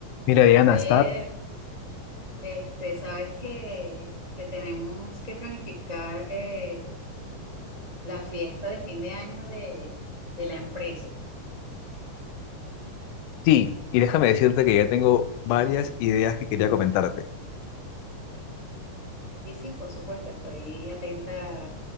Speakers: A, on the left (about 85°); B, on the right (about 50°).
A: Mira, Diana,
B: Oye,
A: está...
B: este, sabes que, que tenemos que planificar eh, la fiesta de fin de año de, de la empresa.
A: Sí, y déjame decirte que ya tengo varias ideas que quería comentarte.
B: Y sí, por supuesto, estoy atenta